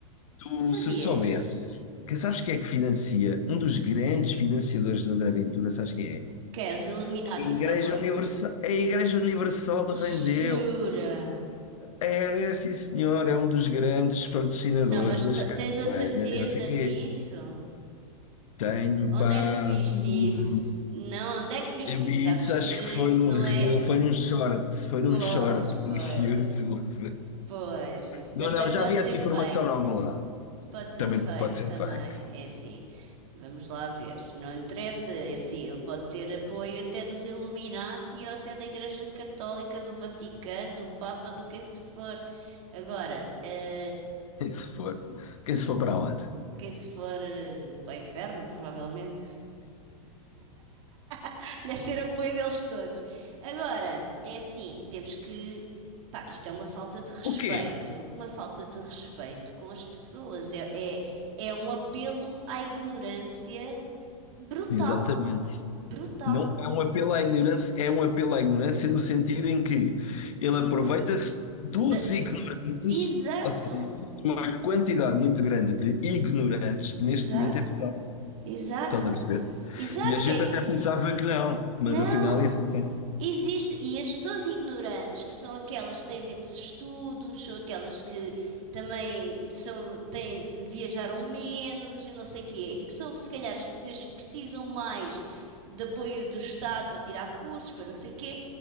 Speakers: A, on the left; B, on the right.
A: tu
B: Sabias?
A: se soubesses, que sabes quem é que financia, um dos grandes financiadores do André Ventura, sabes quem é?
B: Que é os Illuminati
A: A Igreja
B: só pode.
A: Universal, a Igreja Universal de
B: Jura?
A: Rendeu. É, é, sim senhor, é um dos grandes patrocinadores
B: Não, mas
A: das
B: t-
A: campanhas
B: tens a certeza
A: e não sei o quê.
B: disso?
A: Tenho,
B: Onde
A: pá,
B: é que viste
A: hum,
B: isso? Não, onde é que viste
A: eu vi
B: isso? Sabes
A: isso,
B: que
A: acho que foi
B: isso
A: num
B: não
A: reel,
B: é.
A: foi num short, foi num
B: Pois,
A: short
B: pois,
A: de YouTube.
B: pois. Isso
A: Não,
B: também
A: não, já
B: pode
A: vi essa
B: ser fake.
A: informação em algum lado.
B: Pode ser
A: Também
B: fake
A: pode ser
B: também,
A: fake.
B: é assim. Vamos lá ver. Não interessa, é assim, ele pode ter apoio até dos Illuminati ou até da Igreja Católica, do Vaticano, do Papa, de quem se for. Agora, eh,
A: <laughs> Quem se for, quem se for para onde?
B: quem se for eh, para o inferno, provavelmente, <laughs> deve ter apoio deles todos. Agora, é assim, temos que. Pá, isto é uma falta de respeito,
A: O quê?
B: uma falta de respeito com as pessoas. É, é, é um apelo à ignorância brutal,
A: Exatamente.
B: brutal.
A: Não é um apelo à ignorância, é um apelo à ignorância no sentido em que ele aproveita-se dos
B: De-
A: ignorantes,
B: exato,
A: ou seja, existe uma quantidade muito grande de ignorantes
B: exato,
A: neste momento em Portugal.
B: exato,
A: Estás a perceber?
B: exato,
A: E a gente
B: que é,
A: até pensava que não, mas
B: não,
A: afinal é assim.
B: Existe, e as pessoas ignorantes, que são aquelas que têm menos estudos, são aquelas que também são, têm, viajaram menos e não sei o quê, e que são, se calhar, as pessoas que precisam mais de apoio do Estado para tirar cursos, para não sei o quê,